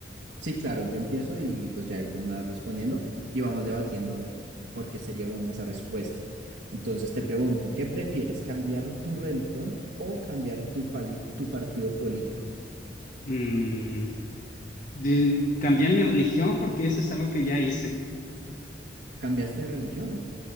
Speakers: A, on the right; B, on the left.
A: Sí, claro, yo empiezo y pues ya ahí tú me vas respondiendo y vamos debatiendo por qué sería buena esa respuesta. Entonces te pregunto, ¿qué prefieres, cambiar tu religión o cambiar tu, pali- tu partido político?
B: Mm, de- cambiar mi religión porque eso es algo que ya hice.
A: ¿Cambiaste de religión?